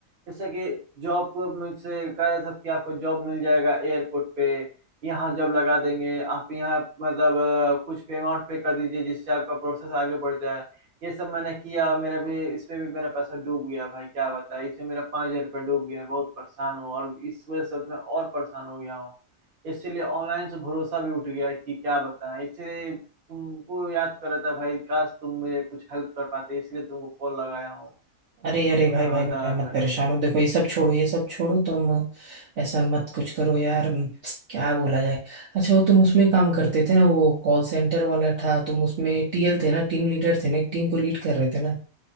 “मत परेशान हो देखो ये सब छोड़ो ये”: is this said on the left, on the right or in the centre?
Right